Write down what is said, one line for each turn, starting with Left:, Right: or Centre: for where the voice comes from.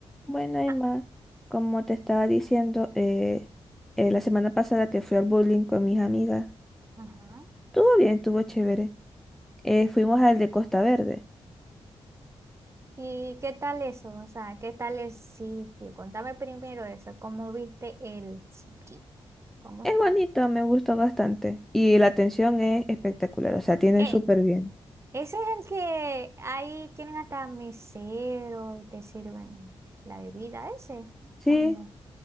Centre: Bueno, Emma,
Right: Ah,
Centre: como te estaba diciendo eh, eh, la semana pasada que fui al bowling con mis amigas,
Right: Ajá.
Centre: estuvo bien, estuvo chévere. Eh, fuimos al de Costa Verde.
Right: ¿Y qué tal eso? O sea, ¿qué tal el sitio? Contame primero eso. ¿Cómo viste el sitio? ¿Cómo
Centre: Es
Right: estaba?
Centre: bonito, me gustó bastante. Y la atención es espectacular, o sea, tienen
Right: Eh,
Centre: súper bien.
Right: ese es el que ahí tienen hasta mesero y te sirven la bebida, ese,
Centre: Sí,
Right: ¿o no?